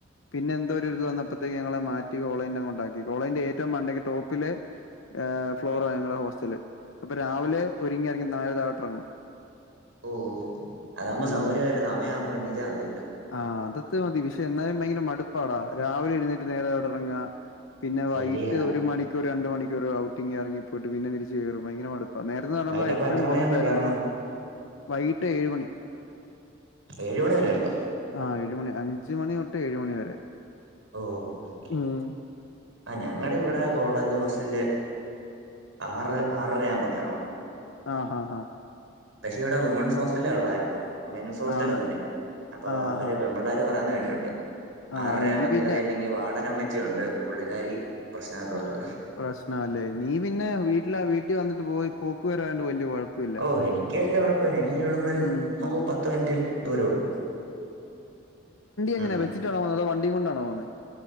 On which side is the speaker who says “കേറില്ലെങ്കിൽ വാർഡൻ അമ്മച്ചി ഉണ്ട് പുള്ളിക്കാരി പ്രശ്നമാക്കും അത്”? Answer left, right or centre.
Right